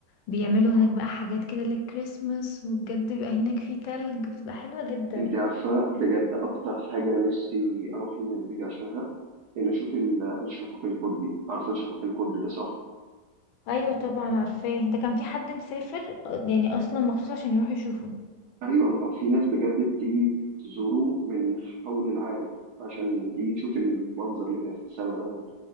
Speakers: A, on the left (about 80°); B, on the right (about 70°).
A: بيعملوا
B: آه.
A: هناك بقى حاجات كده للكريسماس وبجد بيبقى هناك في تلج بتبقى حلوة جدا
B: أنت عارفة بجد أكتر حاجة نفسي أروح النرويج عشانها إن أشوف ال- الشفق القطبي عارفة الشفق القطبي ده صح؟
A: ايوه طبعا عارفاه ده كان في حد مسافر يعني اصلا مخصوص عشان يروح يشوفه
B: ايوه ما في ناس بجد بتيجي تزوره من حول العالم عشان تيجي تشوف المنظر اللي بيبقى في السماء ده